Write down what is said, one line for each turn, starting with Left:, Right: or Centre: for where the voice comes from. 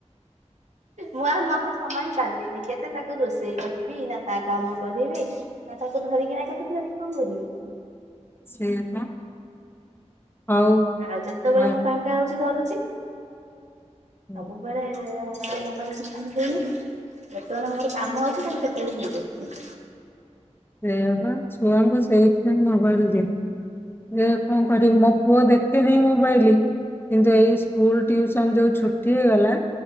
Right: ମୁଁ ଆଉ ନହେଲେ ସମ୍ଭାଳି ପାରଲିନି କେତେ ତାକୁ ରୋଷେଇ କରିବି। ନା ତା କାମ କରିବି। ନା ତାକୁ ଧରିକିନା କେତେ ଧରିକି କଣ କରିବି।
Left: ସେଇଆ ପା। ହଉ
Right: ଆଉ ଯେତେବେଳେ
Left: ଆ
Right: ମୁଁ ଫାଙ୍କା ହଉଛି ଧରୁ ଛି।
Left: ହୁଁ,
Right: ସବୁବେଳେ ମା ମୋବାଇଲ <unintelligible> ନାହାନ୍ତି ଯେତେବେଳେ ମୋର କାମ ଅଛି ତାହେଲେ ସେତେବେଳେ ଦେଇଦଉଛି।
Left: ସେୟା ପା ଛୁଆଙ୍କୁ ସେଇଥିପାଇଁ ମୋବାଇଲ ଦିଅନି। ଯେ କଣ କରିବି ମୋ ପୁଅ ଦେଖେନି ମୋବାଇଲି। କିନ୍ତୁ ଏଇ ସ୍କୁଲ ଟିୁସନ ଯୋଉ ଛୁଟି ହେଇଗଲା।